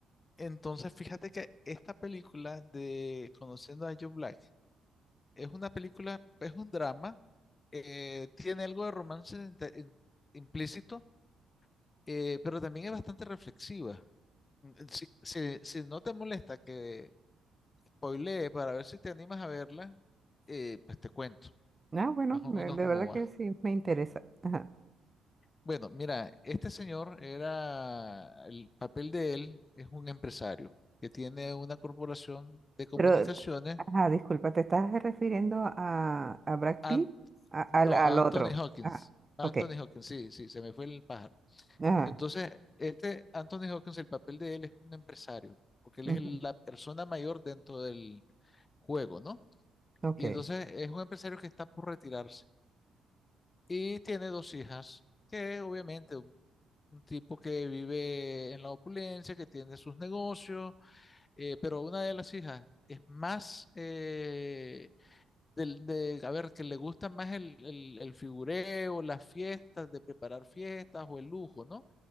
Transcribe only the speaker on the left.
Entonces, fíjate que esta película de Conociendo a Joe Black es una película, es un drama, eh, tiene algo de romance inte- im- implícito, eh, pero también es bastante reflexiva. Mm, eh, Si, si- si no te molesta que spoilee para ver si te animas a verla, eh, pues te cuento
más o
menos
cómo
va.
Bueno, mira, este señor era, el papel de él es un empresario que tiene una corporación de comunicaciones,
An-
no,
Anthony
Hawkins,
Anthony
Hawkins, sí, sí, se me fue el pájaro.
Entonces, este Anthony Hawkins, el papel de él es un empresario, porque él
es el- la persona mayor dentro del juego, ¿no?
Y entonces es un empresario que está por retirarse y tiene dos hijas, que obviamente un un tipo que vive en la opulencia, que tiene sus negocios Eh, pero una de las hijas es más eh, del- de, a ver, que le gusta más el, el- el figureo, las fiestas, de preparar fiestas o el lujo, ¿no?